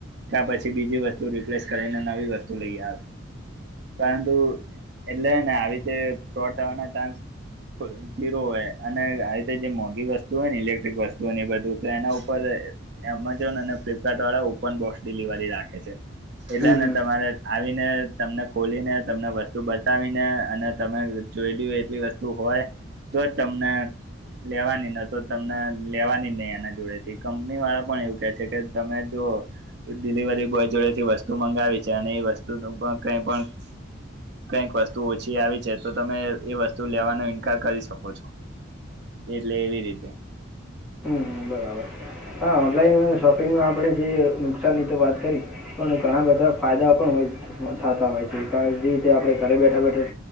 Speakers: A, on the right; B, in the centre.
A: ત્યા પછી બીજી વસ્તુ રિપ્લેસ કરીને નવી વસ્તુ લઈ આવે. પરંતુ એટલેને આવી રીતે ફ્રોડ થવાના ચાન્સ. જીરો હોય અને આવી રીતે જે મોંઘી વસ્તુ હોય ને ઇલેક્ટ્રિક વસ્તુઓને બધું તો એના ઉપર એમેઝોન અને ફ્લિપકાર્ટ વાળા ઓપન બોક્સ ડિલિવરી રાખે છે. એટલેને
B: હમ હમ
A: તમારે આવીને તમને. ખોલીને તમને વસ્તુ બતાવીને અને તમે જોઈ લ એટલી વસ્તુ હોય. તો જ તમને લેવાની ન તો તમને લેવાની નહી, એના જોડે થી કંપની વાળા પણ એવું કે છે કે તમે જો ડિલિવરી બોય જોડે થી વસ્તુ મંગાવી છે અને એ વસ્તુ પણ કઈ પણ કંઈક વસ્તુ ઓછી આવી છે તો તમે એ વસ્તુ લેવાનો ઈન્કાર કરી શકો છો. એટલે એવી રીતે.
B: હમ હમ બરાબર. હા ઓનલાઈન શોપિંગમાં આપણે જે નુકસાનની વાત કરી તો ઘણા બધા ફાયદા પણ થતા હોય છે. કે જે રીતે આપણે ઘરે બેઠા બેઠા